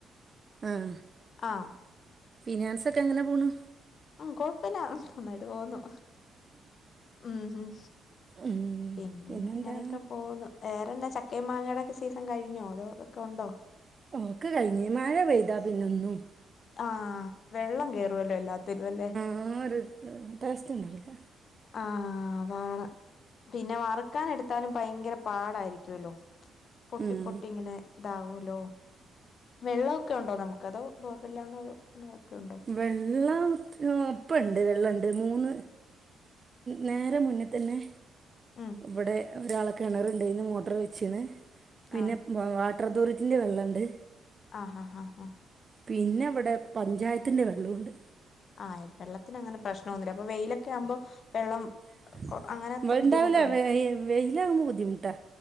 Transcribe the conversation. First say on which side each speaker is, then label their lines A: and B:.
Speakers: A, on the right; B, on the left.
A: ആഹ്.
B: ആഹ്
A: ഫിനാൻസ് ഒക്കെ എങ്ങനെ പോണു?
B: ഉം കൊഴപ്പല്ല നന്നായിട്ട് പോവുന്നു. ഉം, ഉം
A: ഉം
B: പിന്നെ
A: പിന്നെന്താ
B: അങ്ങനെയൊക്കെ പോവുന്നു. വേറെന്താ ചക്കയും മാങ്ങയുടെക്കെ സീസൺ കഴിഞ്ഞോ അതോ ഒക്കെ ഉണ്ടോ?
A: ഒക്കെ കഴിഞ്ഞ് മഴ പെയ്ത പിന്നെ ഒന്നും
B: ആഹ് വെള്ളം കയറുവല്ലോ എല്ലാ ത്തിലും അല്ലേ.
A: ആ ഒരു ടേ ടേസ്റ്റ് ഉണ്ടാവുല.
B: ആഹ് അതാണ് പിന്നെ വറുക്കാൻ എടു ത്താലും ഭയങ്കര പാടായിരിക്കുവല്ലോ പൊട്ടി
A: ഉം
B: പൊട്ടി ഇങ്ങനെ ഇതാവുല്ലോ. വെള്ളമൊക്കെ ഉണ്ടോ നമുക്ക് അതോ ബോർവെല്ലാണോ അതോ കിണറൊക്കെ ഉണ്ടോ?
A: വെള്ളം മ് ഇപ്പൊ ഇണ്ട് ‌ വെള്ളം ഇണ്ട് മൂന്ന് നേരെ മുന്നിൽ തന്നെ
B: ഉം
A: ഇവിടെ ഒരാളെ കിണറുണ്ട് അതിന്ന് മോട്ടർ വെച്ച്ണ് പിന്നെ
B: ആഹ്
A: വാട്ടർ അതോറിറ്റിന്റെ വെള്ളം ഇണ്ട്.
B: ആഹ്, ആഹ്, ആഹ്, ആഹ്
A: പിന്നെ ഇവിടെ പഞ്ചായത്തിന്റെ വെള്ളം ഉണ്ട്.
B: ആ വെള്ളത്തിന് അങ്ങനെ പ്രശ്നം ഒന്നുല്ല. അപ്പൊ വെയിലൊക്കെ ആവുമ്പോ വെള്ളം
A: <unintelligible>
B: കൊ- അങ്ങനത്തെ
A: ഇണ്ടാവുല
B: ബുദ്ധിമുട്ടുണ്ടോ
A: വെയില് ആവുമ്പോ ബുദ്ധിമുട്ടാ.